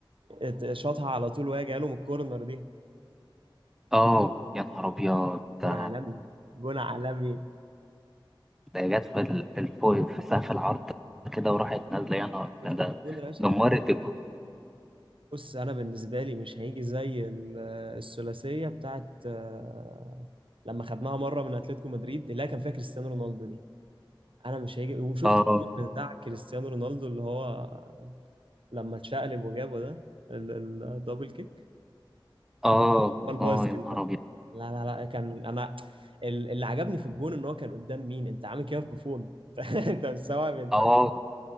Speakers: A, on the right; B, in the centre.
A: ات- شاطها على طول وهي جايه له من الكورنر دي
B: آه، يا نهار ابيض ده
A: جون عالمي جون عالمي
B: ده جت في ال- في الفوق في سقف العرض كده وراحت نازله يا نهار
A: اتفل-
B: ده ده
A: جون راشق
B: دمرت
A: بص انا بالنسبه لي مش هيجي زي ال- الثلاثيه بتاعت آه، لما خدناها مره من اتلتيكو مدريد اللي هي كان فيها كريستيانو رونالدو دي انا مش هيجي وشفت
B: الجو
A: الجول بتاع كريستيانو رونالدو اللي هو لما اتشقلب وجابه ده ال- الدبل كيك
B: اه
A: هو البايسكل
B: اه يا نهار
A: ده
B: ابيض
A: لا لا لا كان انا ال- اللي عجبني في الجون ان هو كان قدام مين انت عامل كده في بوفون <laughs> انت انت مستوعب انت
B: اه